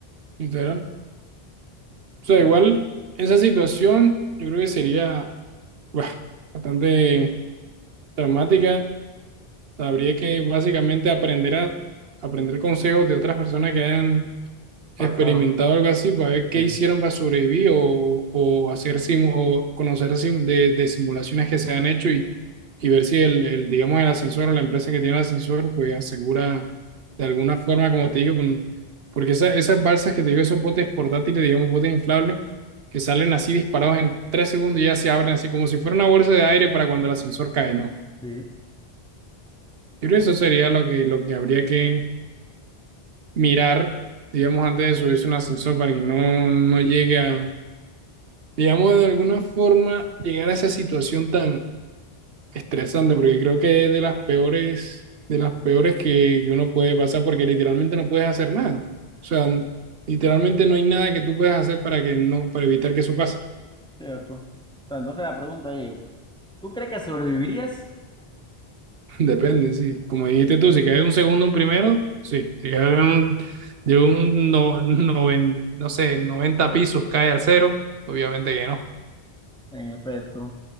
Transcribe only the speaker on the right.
literal.
O sea,
igual esa situación yo creo que sería buah, bastante traumática, habría que básicamente aprender a aprender consejos de otras personas que hayan
experimentado algo así para ver qué
hicieron para sobrevivir o, o hacer simu- o conocer sim- de, de simulaciones que se han hecho y, y ver si el, el, digamos, el ascensor o la empresa que tiene el ascensor pues asegura de alguna forma, como te digo, con, porque esa- esas balsas que te digo, esos botes portátiles, digamos, botes inflables, que salen así disparados en tres segundos y ya se abren así como si fuera una bolsa de aire para cuando el ascensor cae, ¿no?
Yo creo que eso sería lo que, lo que habría que mirar digamos, antes de subirse a un ascensor para que no, no llegue a, digamos, de alguna forma llegar a esa situación tan estresante, porque creo que es de las peores, de las peores que, que uno puede pasar, porque literalmente no puedes hacer nada. O sea, n- literalmente no hay nada que tú puedas hacer para que no, para evitar que eso pase.
<laughs> Depende, sí. Como dijiste tú, si caes un segundo, un primero, sí. Si caes de un, de un no, noven- no sé, 90 pisos, cae al cero, obviamente que no.